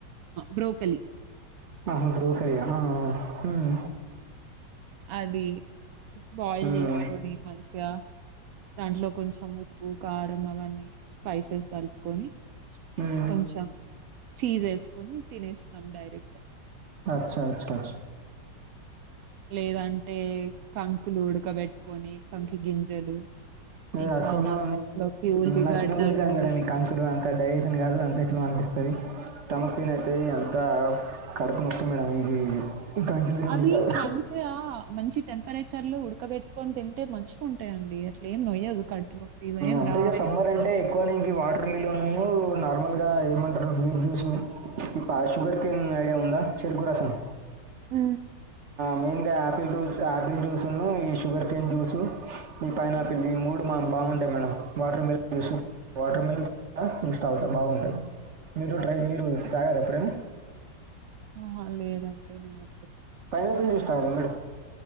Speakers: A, on the right; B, on the right.
A: బ్రోకె వెలి
B: ఆహా రూకరిగా ఆ హ్మ్
A: అది బాయిల్
B: హ్మ్
A: చేసుకొని మంచిగా దాంట్లో కొంచెం ఉప్పు, కారం అవన్నీ స్పైసెస్ కలుపుకొని
B: హ్మ్
A: కొంచెం చీజ్ వేసుకొని తినేస్తాం డైరెక్ట్
B: అచ్చ అచ్చ అచ్చ
A: లేదం టే కంకులు ఉడకబెట్టుకొని కంకి గింజలు
B: లే
A: ఇంకా
B: అక్క ఉన్నా
A: దాంట్లోకి ఉల్లిగడ్డలు
B: నాకు తినకూడదు కాదు కడా మీ కానుక్షులు అంత డైజెషన్ కాదు అంత ఎట్లా అనిపిస్తుంది. స్టమక్ పెయిన్ అయితే అంత కడుపు నొచ్చి మేడం ఇ ఇది ఈ కంకులు తినబుద్ధి
A: అది
B: కాదు
A: మంచిగా మంచి టెంపరేచర్ ర్లు ఉడకబెట్టుొని తింటే మంచిగా ఉంటాయిండి అట్లే ఏం నొయ్యదు కడుపు నొప్పి ఇవేం
B: అంతే
A: రావు.
B: ఇక సమ్మర్ అంటే ఎక్కువ దీనికి వాటర్ మిల్ ఉ నేు నార్మల్గా ఏమంటారు బీూ జ్యూసు ఇ షుగర్ క్యాన్ ఐడియా ఉందా చెరుకు రసన్
A: ఆ
B: మెయిన్గా ఆపిల్ రూస్ ఆపిల్ జ్యూస్న్నా ఈ షుగర్ కేన్ జ్యూసు ఈ పైనాపిల్
A: హ్మ్.
B: ని మూడు మాం బాగుంటాయి మేడం వాటర్ మిల్ చ వాటర్ మిల్ ఇన్స్టాల్ అతా బాగుంటాయి మీరు డ్రై మీరు తాగారా ఎప్పుడైనా
A: ఆహా లేదండి నేను
B: ఫైైన ఇస్తాల మేడం